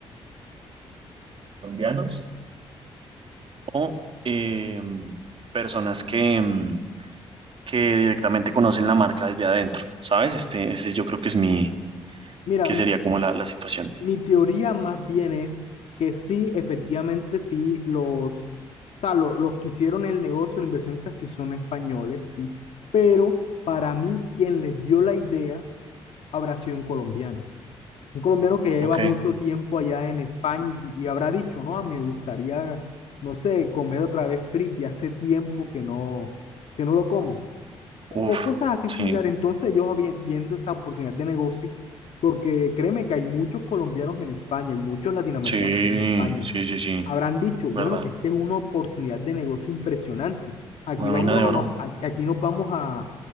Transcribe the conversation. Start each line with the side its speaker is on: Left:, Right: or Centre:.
Right: colombianos o eh, personas que, mm, que directamente conocen la marca desde adentro, ¿sabes? Este, ese yo creo que es mi,
Left: Mira,
Right: que
Left: m-
Right: sería como la, la situación.
Left: mi teoría más bien es que sí, efectivamente, sí, los, o sea, lo- los que hicieron el negocio, los inversionistas, sí son españoles, sí. Pero para mí, quien les dio la idea habrá sido un colombiano. Un colombiano que ya lleva
Right: Ok,
Left: mucho tiempo allá en España y, y habrá dicho, no, ah, me gustaría, no sé, comer otra vez frisbee, hace tiempo que no, que no lo como. O,
Right: uf,
Left: o cosas así
Right: sí,
Left: similares. Entonces yo vi- viendo esa oportunidad de negocio, porque créeme que hay muchos colombianos en España y muchos latinoamericanos
Right: sí,
Left: en España.
Right: sí, sí, sí,
Left: Habrán dicho,
Right: verdad,
Left: bueno, esta es una oportunidad de negocio impresionante. Aquí
Right: una
Left: vámonos,
Right: mina de oro.
Left: a- aquí nos vamos a,